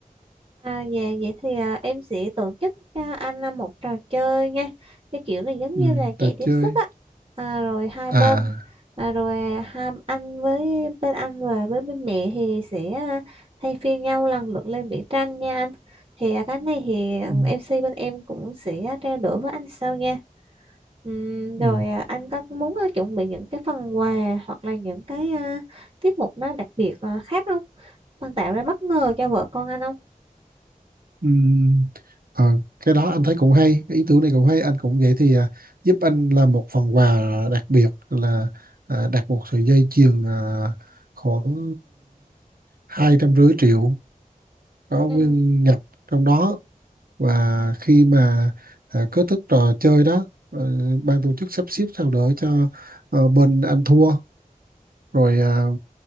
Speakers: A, on the right; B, on the right.
A: À, dạ vậy thì à, em sẽ tổ chức cho anh à, một trò chơi nha cái kiểu này giống
B: ừ,
A: như là chạy
B: trò
A: tiếp
B: chơi
A: sức á à, rồi hai
B: à
A: bên à, rồi à, hai anh với bên anh và với bên mẹ thì sẽ à, thay phiên nhau lần lượt lên vẽ tranh nha anh thì à, cái này thì ừ,
B: ừ,
A: MC bên em cũng sẽ trao đổi với anh sau nha Ừm,
B: ừ.
A: rồi à, anh có muốn à, chuẩn bị những cái phần quà hoặc là những cái à, tiết mục nó đặc biệt à, khác không? Bạn tạo ra bất ngờ cho vợ con anh không?
B: Ừm, ờ, cái đó anh thấy cũng hay cái ý tưởng này cũng hay anh cũng vậy thì à, giúp anh làm một phần quà đặc biệt là à, đặt một sợi dây chuyền à, khoảng hai trăm rưỡi triệu có
A: Ừ.
B: nguyên nhập trong đó và khi mà à, kết thúc trò chơi đó ờ, ban tổ chức sắp xếp sao đỡ cho ờ, bên anh thua rồi à,